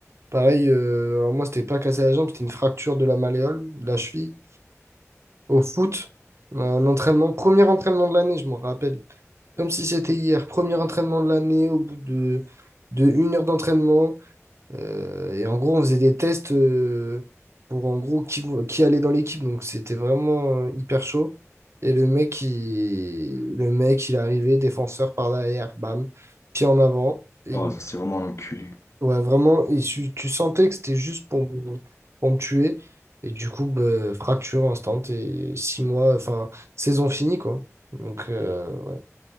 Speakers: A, on the right; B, on the left.
A: pareil, euh, alors moi, c'était pas cassé la jambe, c'était une fracture de la malléole, de la cheville, au foot. Un entraînement, premier entraînement de l'année, je m'en rappelle. Comme si c'était hier, premier entraînement de l'année, au bout de, de une heure d'entraînement. Euh, et en gros, on faisait des tests euh, pour en gros qui, qui allait dans l'équipe. Donc c'était vraiment euh, hyper chaud. Et le mec, il, le mec, il est arrivé, défenseur par derrière, bam, pied en avant. Et
B: Oh,
A: il-
B: c'est vraiment un enculé.
A: ouais, vraiment, et tu, tu sentais que c'était juste pour, me- pour me tuer. Et du coup, bah, fracture instant et six mois, enfin, saison finie, quoi. Donc euh, ouais.